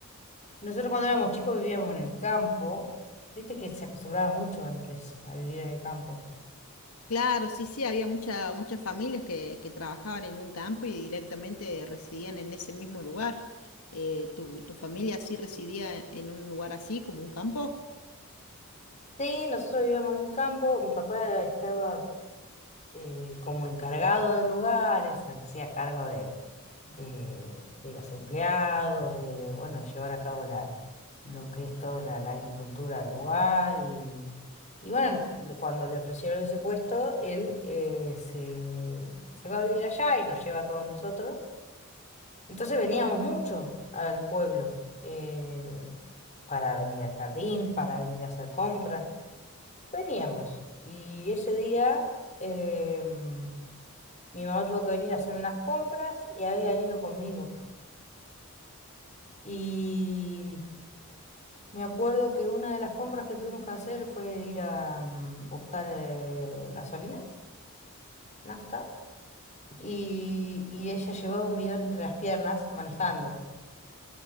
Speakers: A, on the left; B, on the left.
A: nosotros cuando éramos chicos vivíamos en el campo. Viste que se acostumbraba mucho antes a vivir en el campo.
B: Claro, sí, sí, había mucha, muchas familias que, que trabajaban en un campo y directamente residían en ese mismo lugar. Eh, ¿tu, tu familia sí residía en un lugar así, como un campo?
A: Sí, nosotros vivíamos en un campo. Mi papá estaba eh, como encargado del lugar, él se hacía cargo de, de, de los empleados, de bueno, llevar a cabo la, lo que es toda la, la agricultura del lugar. Y, y bueno, le- cuando le ofrecieron ese puesto, él eh, se, se va a vivir allá y nos lleva a todos nosotros. Entonces veníamos mucho al pueblo. eh, para venir al jardín, para venir a hacer compras. Veníamos. Y ese día em, mi mamá tuvo que venir a hacer unas compras y había venido conmigo. Y me acuerdo que una de las compras que tuvimos que hacer fue ir a mm, buscar eh, gasolina, nafta, y, y ella llevaba un bidón entre las piernas manejando.